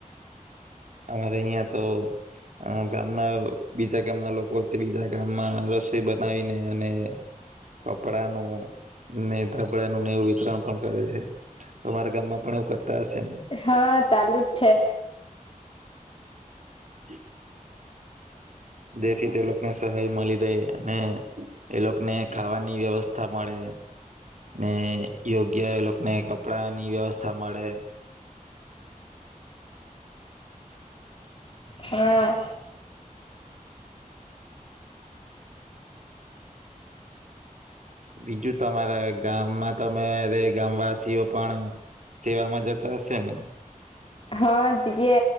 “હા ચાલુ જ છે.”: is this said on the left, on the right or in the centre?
Left